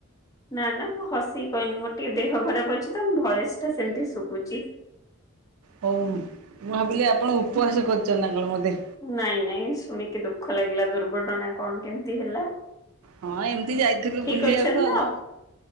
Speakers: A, on the left; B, on the right.
A: ନା ନା ମୁଁ ହସିକି କହିନି ମୋର ଟିକେ ଦେହ ଖରାପ ଅଛି ତ ମୋ ଭଏସ ଟା ସେମିତି ଶୁଭୁଛି।
B: ହଉ ମୁଁ ଭାବିଲି ଆପଣ ଉପବାସ କରଛନ୍ତି ନା କଣ ମୋଧେ
A: ନାଇଁ ନାଇଁ ଶୁଣିକି ଦୁଃଖ ଲାଗିଲା ଦୁର୍ଘଟଣା କଣ କେମିତି ହେଲା।
B: ହଁ ଏମିତି ଯାଇଥିଲୁ
A: ଠିକ
B: ବୁଲିବାକୁ
A: ଅଛନ୍ତି
B: ଆଉ
A: ତ